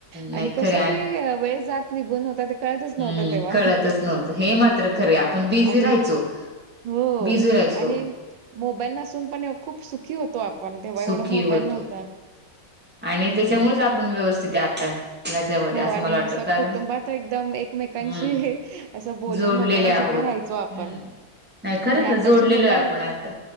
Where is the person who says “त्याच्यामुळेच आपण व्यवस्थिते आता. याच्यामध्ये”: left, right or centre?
Centre